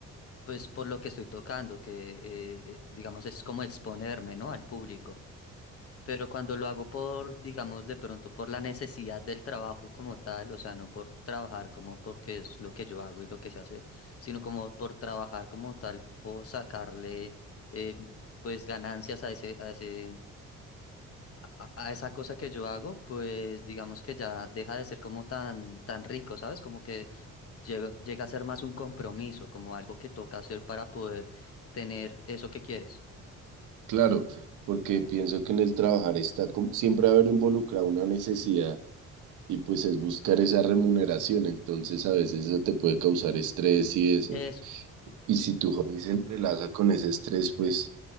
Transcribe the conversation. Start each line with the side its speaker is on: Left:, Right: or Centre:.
Left: pues por lo que estoy tocando, que eh, eh, digamos es como exponerme, ¿no? Al público. Pero cuando lo hago por, digamos, de pronto por la necesidad del trabajo como tal, o sea, no por trabajar como porque es lo que yo hago y lo que se hace, sino como por trabajar como tal, por sacarle eh, pues ganancias a ese, a ese, a, a esa cosa que yo hago, pues digamos que ya deja de ser como tan, tan rico, ¿sabes? Como que llega, llega a ser más un compromiso, como algo que toca hacer para poder tener eso que quieres.
Right: Claro, porque pienso que en el trabajar está como- siempre va a haber involucrada una necesidad y pues es buscar esa remuneración, entonces a veces eso te puede causar estrés y eso.
Left: Eso.
Right: Y si tu hobby se entrelaza con ese estrés, pues